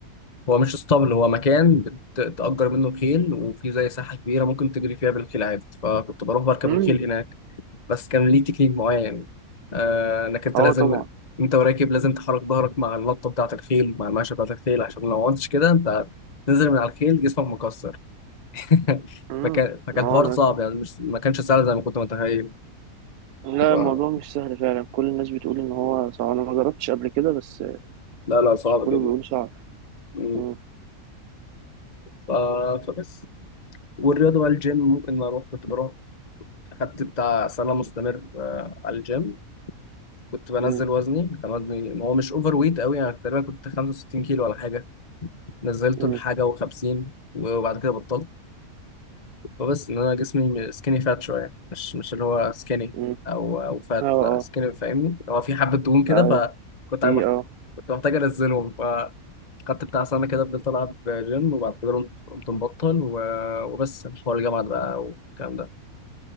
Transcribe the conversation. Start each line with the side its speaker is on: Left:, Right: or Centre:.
Left: هو مش اسطبل هو مكان بتأجر منه خيل وفي زي ساحه كبيره ممكن تجري فيها بالخيل عادي فكنت بروح بركب
Right: مم.
Left: الخيل هناك بس كان ليه تكنيك معين آه، انك انت
Right: اه
Left: لازم
Right: طبعا
Left: انت وراكب لازم تحرك ظهرك مع اللطه بتاعه الخيل مع الماشيه بتاعه الخيل عشان لو ما عملتش كده انت تنزل من على الخيل جسمك مكسر <laughs>
Right: مم.
Left: فكان فكان
Right: اه
Left: حوار
Right: أنا-
Left: صعب يعني مش ما كانش سهل زي ما كنت متخيل
Right: لا
Left: ف...
Right: الموضوع مش سهل فعلا كل الناس بتقول ان هو صعب انا ما جربتش قبل كده بس
Left: لا لا صعب
Right: مش كله
Left: جدا
Right: بيقول صعب
Left: مم.
Right: مم.
Left: ف... فبس والرياضه بقى الجيم ممكن اروح كنت بروح خدت بتاع سنه مستمر آه، على الجيم كنت بنزل
Right: مم.
Left: وزني كان وزني هو مش اوفر ويت قوي يعني تقريبا كنت 65 كيلو ولا حاجه نزلته
Right: مم.
Left: لحاجة وخمسين وبعد كده بطلت فبس إن أنا جسمي سكيني فات شوية مش مش اللي هو سكيني
Right: مم.
Left: أو أو فات
Right: اه
Left: لا سكيني فاهمني هو في حبة دهون كده
Right: اه
Left: فكنت
Right: في
Left: عم-
Right: اه
Left: كنت محتاج أنزلهم فخدت بتاع سنة كده فضلت ألعب جيم وبعد كده قمت قمت مبطل و- وبس حوار الجامعة ده بقى والكلام ده